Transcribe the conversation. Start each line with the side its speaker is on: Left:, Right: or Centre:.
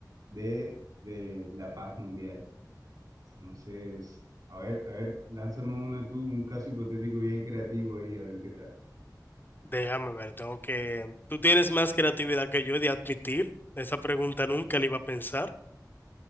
Right: de, de la paz mundial. Entonces, a ver, a ver, lánzame una tú, un caso hipotético bien creativo ahí, a ver qué tal.
Left: Déjame ver, tengo que... Tú tienes más creatividad que yo he de admitir. Esa pregunta nunca la iba a pensar,